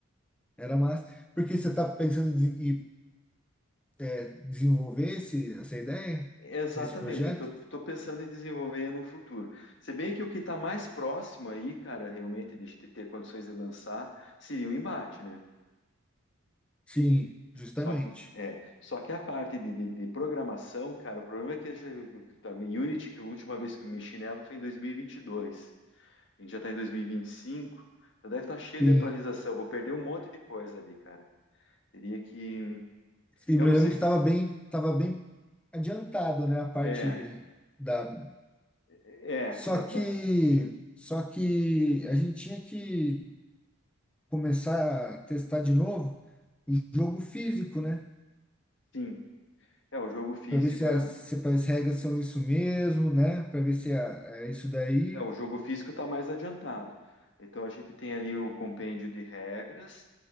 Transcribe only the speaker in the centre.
Era massa. Porque você está pensando em, de- em, é, desenvolver esse, essa ideia
desse projeto?
Sim, justamente.
Sim.
E
me
lembro
que
estava bem, estava bem adiantado, né? A parte
da.
Só
que, só que a gente tinha que começar a testar de novo o jogo físico, né?
Para ver se as,
se as regras são isso mesmo, né? Para ver se a- é isso daí.